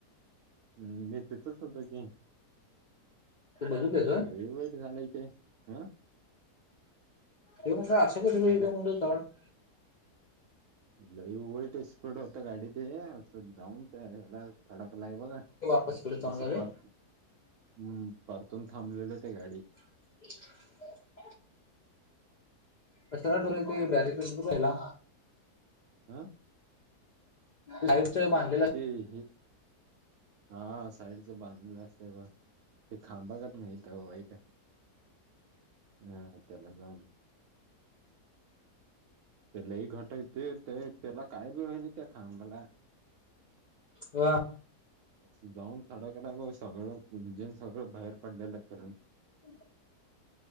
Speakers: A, on the right; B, on the left.
A: हम् मी तिथच होत की
B: ते बघितलंस होय?
A: लय वाईट ते झालं इथे हा.
B: हे म्हटलं अक्षय कुठे
A: हॅलो
B: गेलं म्हटलं. <unintelligible>
A: लई वईट स्पड होत गाडी ते अस जाऊन ते ह्याला थडकला आहे बघा
B: कसं कडे चांगले
A: असं
B: रे?
A: पार हम्म परतून थांबलेले ते गाडी
B: <unintelligible> <unintelligible> ते बॅगेत असतो पहिला.
A: ह
B: लाईटच मान
A: ते हे हा साईडच बांधलं असतंय बघ ते खांबाकत नाहीत वाईट बर त्याला जाऊन दे. तेलाही घटायचे ते त्याला काय बी होहिन त्या खांबाला
B: ह
A: असं जाऊन थडाकला ग सगळं गुंजन सगळं बाहेर पडलेलं फिरून
B: <unintelligible>